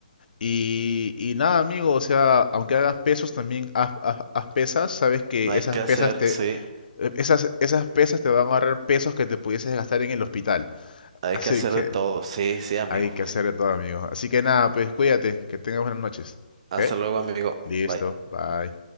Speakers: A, on the left; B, on the right.
A: Y, y nada, amigo, o sea, aunque hagas pesos, también haz, haz- haz pesas. Sabes que
B: Hay
A: esas
B: que hacer,
A: pesas te,
B: sí,
A: eh, esas, esas pesas te van a ahorrar pesos que te pudieses gastar en el hospital. <laughs>
B: hay
A: Así
B: que hacer
A: que
B: de todo. Sí, sí, amigo.
A: hay que hacer de todo, amigo. Así que nada, pues cuídate, que tengas buenas noches.
B: Hasta
A: ¿Ok?
B: luego, amigo.
A: Listo,
B: Bye.
A: bye.